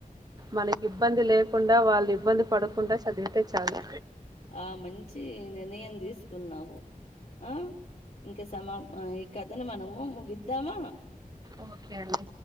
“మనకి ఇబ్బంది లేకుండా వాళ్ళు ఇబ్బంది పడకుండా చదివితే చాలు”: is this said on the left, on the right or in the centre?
Right